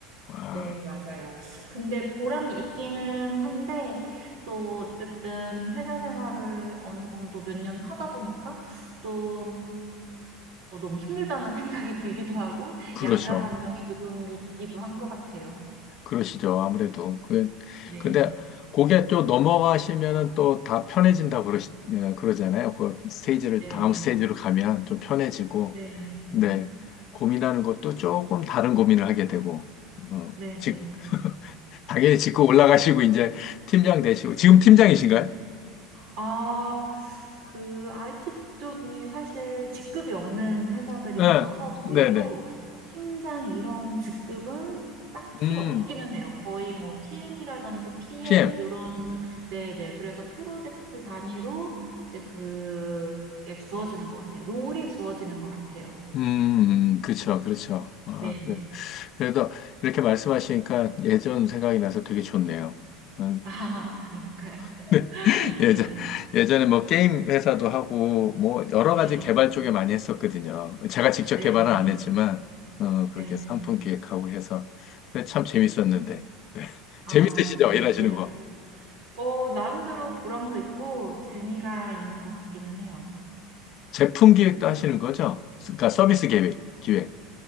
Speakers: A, on the left; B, on the right.
A: 와,
B: 네, 맞아요. 근데 보람이 있기는 한데, 또, 어쨌든, 회사 생활을 어느 정도 몇 년 하다 보니까, 또, 어, 너무 힘들다는 <laughs> 생각이 들기도 하고,
A: 그렇죠.
B: 양가 감정이 조금 있기도 한 것 같아요.
A: 그러시죠. 아무래도. 그,
B: 네네.
A: 근데 거기에 또 넘어가시면은 또 다 편해진다고 그러 그러잖아요. 그 스테이지를,
B: 네네.
A: 다음 스테이지로 가면 좀 편해지고,
B: 네.
A: 네. 고민하는 것도 조금 다른 고민을 하게 되고, 어,
B: 네네.
A: 즉, 당연히 짚고 올라가시고, 이제 팀장 되시고, 지금 팀장이신가요?
B: 아, 그 IT 쪽이 사실 직급이 없는 회사들이
A: 예,
B: 많아서 저희도
A: 네네.
B: 뭐 팀장 이런 직급은 딱히
A: 음,
B: 없기는 해요. 거의 뭐 PM이라든지 PL
A: PM.
B: 요런 네네. 그래서 프로젝트 단위로 이제 그게 주어지는 것 같아요. 롤이 주어지는 것 같아요.
A: 음, 음, 그쵸, 그렇죠. 아,
B: 네네.
A: 그래서,
B: <laughs>
A: 그래도 이렇게 말씀하시니까 예전 생각이 나서 되게 좋네요. 음,
B: 아, 그런가요?
A: <laughs> 네. 예전,
B: 네,
A: 예전에 뭐 게임 회사도 하고, 뭐 여러
B: 네,
A: 가지 개발 쪽에 많이 했었거든요. 제가 직접
B: 네,
A: 개발은
B: 네.
A: 안 했지만, 어, 그렇게
B: 네.
A: 상품 기획하고 해서. 그래, 참 재밌었는데.
B: 아,
A: 재밌으시죠?
B: 그때
A: 일하시는 거.
B: 어, 나름대로 보람도 있고 재미가 있는 것 같기는 해요.
A: 제품 기획도 하시는 거죠? 그러니까 서비스 기획, 기획.